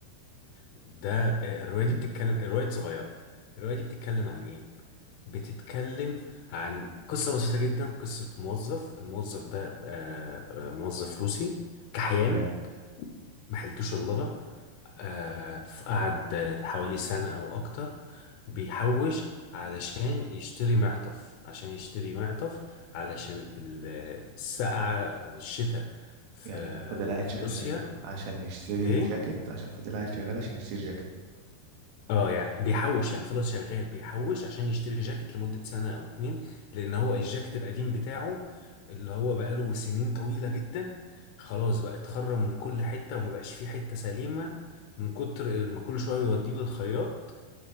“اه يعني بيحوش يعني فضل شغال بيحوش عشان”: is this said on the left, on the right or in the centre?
Left